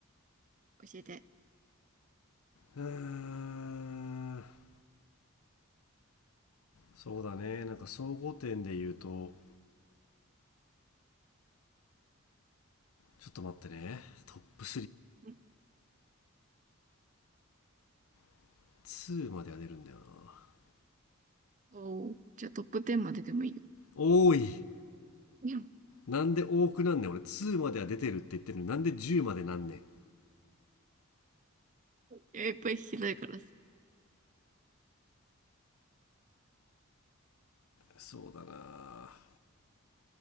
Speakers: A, on the right (about 35°); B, on the left (about 75°).
A: 教えて。
B: うーんそうだねなんか総合点で言うとちょっと待ってねトップ
A: ん
B: 32までは出るんだよな
A: おー。じゃあトップ10まででもいいよ。
B: 多い
A: うん
B: なんで多くなんねん俺2までは出てるって言ってるのになんで10までなんねん
A: いや、いっぱい聞きたいからさ。
B: そうだな